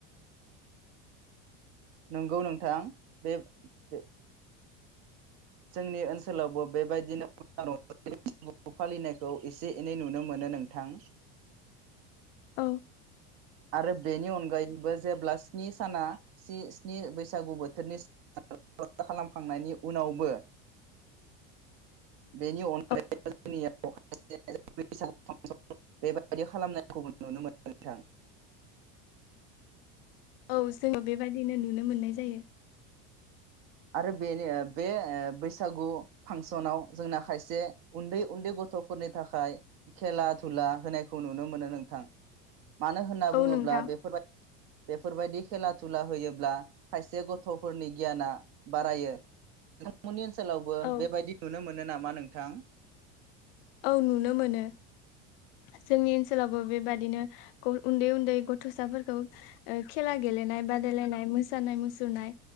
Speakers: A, on the right; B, on the left.
A: नंगौ नोंथां बे बे जोंनि ओनसोलावबो बेबायदिनो <unintelligible> फालिनायखौ एसे-एनै नुनो मोनो नोंथां
B: <unintelligible>
A: आरो बेनि अनगायैबो जेब्ला स्नि साना सि स्नि बैसागु बोथोरनि <unintelligible> खालामखांनायनि उनावबो बेनि अनगायैबो
B: औ
A: जोंनियाव <unintelligible> बेबायदि खालामनायखौ नुनो मोनो नोंथां
B: औ जोङो बेबाय दिनो नुनो मोननाय जायो।
A: आरो बेनि बे ओ बैसागु फांसनाव जोंना खायसे उन्दै उन्दै गथ'फोरनि थाखाय खेला दुला होनायखौ नुनो मोनो नोंथां। मानो होनना बुङोब्ला
B: औ नोंथां
A: बेफोरबाय बेफोरबायदि खेला दुला होयोब्ला खायसे गथ'फोरनि गियाना बारायो नोंथांमोननि ओन सोलावबो
B: औ
A: बेबायदि नुनो मोनो नामा नों थां
B: औ नुनो मोनो जोंनि ओनसोलावबो बेबादिनो ग उन्दै उन्दै गथसाफोरखौ ओ खेला गेलेनाय बादायलायनाय मोसानाय मुसुरनाय